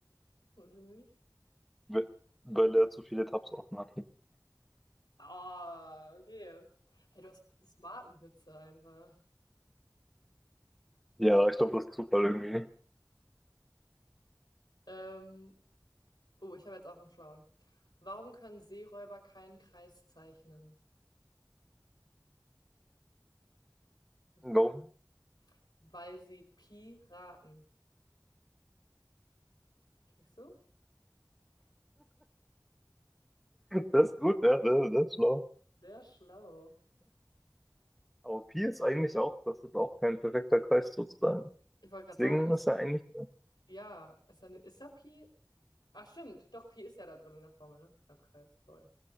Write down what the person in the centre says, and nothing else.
We- Weil er zu viele Tabs offen hatte.
Ja, ich glaube, das ist Zufall irgendwie.
Warum?
Das ist gut, ja, das, das ist schlau.
Aber Pi ist eigentlich auch, das ist auch kein perfekter Kreis sozusagen.
Deswegen
ist er eigentlich,